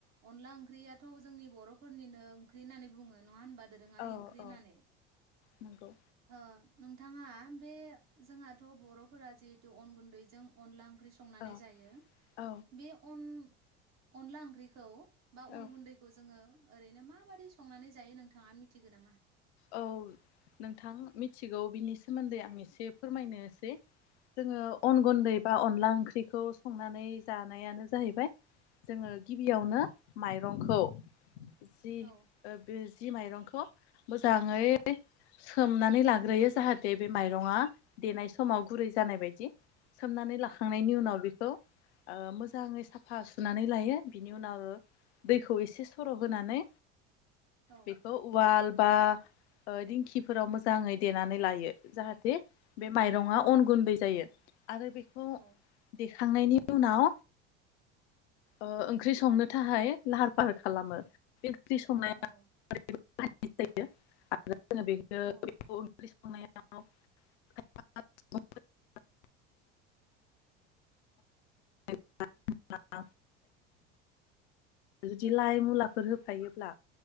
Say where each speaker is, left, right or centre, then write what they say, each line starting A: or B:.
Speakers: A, on the right; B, on the left.
A: अनला ओंख्रियाथ' जोंनि बर'फोरनिनो ओंख्रि होननानै बुङो नङा होनबा? दोरोङारि
B: औ
A: ओंख्रि
B: औ
A: होननानै
B: नंगौ
A: ओ नोंथाङा बे जोंहाथ' बर'फोरा जिहेथु अन गुन्दैजों अनला ओं ओंख्रि संनानै
B: औ
A: जायो
B: औ
A: बे अन अनला ओंख्रिखौ बा अन
B: औ
A: गुन्दैखौ जोङो ओरैनो माबादि संनानै जायो नोंथाङा मिथिगौ नामा?
B: औ नोंथां मिथिगौ बिनि सोमोन्दै आं एसे फोरमायनोसै जोङो अन गुन्दै
A: औ
B: बा अनला ओंख्रिखौ संनानै जानायानो जाहैबाय जोङो गिबियावनो माइरंखौ जि
A: औ
B: ओ बेस जि माइरंखौ मोजाङै सोमनानै लाग्रोयो जाहाथे बे माइरङा देनाय समाव गुरै जानाय बायदि। सोमनानै लाखांनायनि
A: औ
B: उनाव बेखौ ओ मोजाङै साफा सुनानै लायो बिनि उनाव दैखौ एसे सर' होनानै
A: औ
B: बेखौ उवाल बा ओ दिंखिफोराव मोजाङै देनानै लायो जाहाथे थे बे मायरङाव अन गुन्दै जायो। आरो बेखौ
A: औ
B: दे खांनायनि उनाव ओ ओंख्रि संनो थाखाय लाहार फाहार खालामो। ओंख्रि संनाया
A: औ
B: <unintelligible> <unintelligible> जों बेखौ
A: औ
B: <unintelligible> <unintelligible> <unintelligible> बिदि लाय मुलाफोर होफायोब्ला